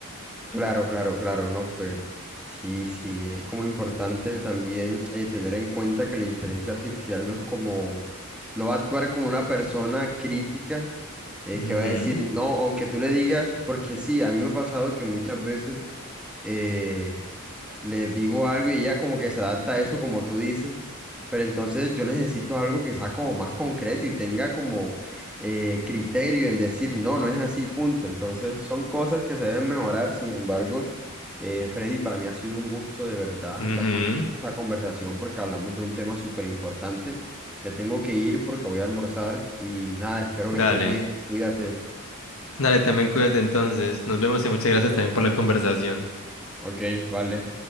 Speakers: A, in the centre; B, on the left (about 70°).
A: Claro, claro, claro, no, pues sí, sí, es como importante también eh, tener en cuenta que la inteligencia artificial no es como, no va a actuar como una persona crítica eh,
B: Ujú,
A: que va a decir, no, aunque tú le digas, porque sí, a mí me ha pasado que muchas veces eh, les digo algo y ella como que se adapta a eso como tú dices, pero entonces yo necesito algo que sea como más concreto y tenga como eh, criterio en decir, no, no es así, punto. Entonces son cosas que se deben mejorar, sin embargo, eh, Freddy, para mí ha sido un gusto de verdad
B: ujú.
A: estar con esta conversación porque hablamos de un tema súper importante. Me tengo que ir porque voy a almorzar y nada, espero
B: Dale,
A: que estés bien, cuídate.
B: dale, también cuídate entonces. Nos vemos y muchas gracias también por la conversación.
A: Ok, vale.